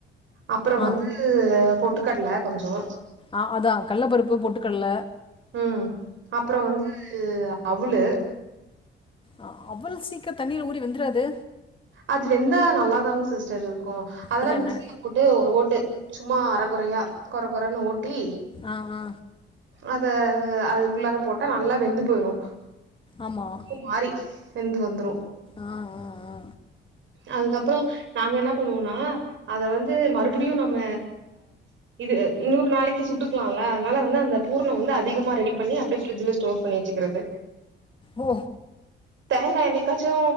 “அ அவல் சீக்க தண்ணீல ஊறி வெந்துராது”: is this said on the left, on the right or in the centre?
Left